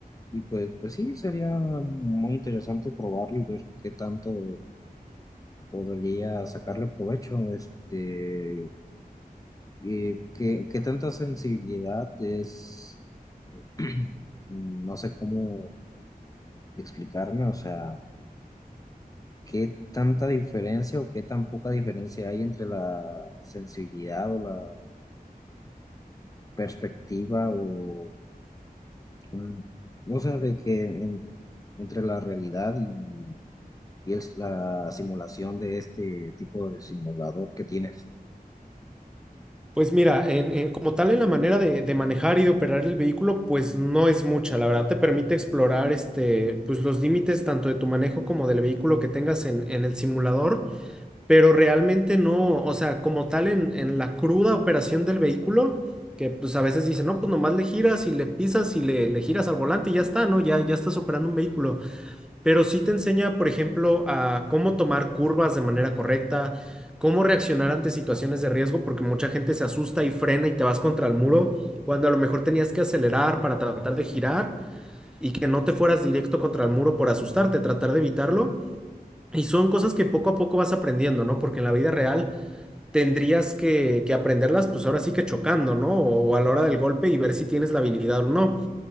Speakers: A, on the left; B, in the centre.
A: y pues, pues sí, sería muy interesante probarlo y ver qué tanto podría sacarle provecho. Este, eh, qué, qué tanta sensibilidad es, <clears throat> no sé cómo explicarme, o sea... ¿Qué tanta diferencia o qué tan poca diferencia hay entre la sensibilidad o la perspectiva o mm, o sea, de que en- entre la realidad y, y es la simulación de este tipo de simulador que tienes?
B: Pues mira, en, en- como tal en la manera de, de manejar y de operar el vehículo, pues no es mucha, la verdad te permite explorar este, pues los límites tanto de tu manejo como del vehículo que tengas en, en el simulador pero realmente no, o sea, como tal en, en la cruda operación del vehículo, que pues a veces dicen, no, pues nomás le giras y le pisas y le, le giras al volante y ya está, ¿no? Ya, ya estás operando un vehículo, pero sí te enseña, por ejemplo, a cómo tomar curvas de manera correcta, cómo reaccionar ante situaciones de riesgo, porque mucha gente se asusta y frena y te vas contra el muro, cuando a lo mejor tenías que acelerar para tratar de girar. Y que no te fueras directo contra el muro por asustarte, tratar de evitarlo. Y son cosas que poco a poco vas aprendiendo, ¿no? Porque en la vida real tendrías que, que aprenderlas, pues ahora sí que chocando, ¿no? O, o a la hora del golpe y ver si tienes la habilidad o no.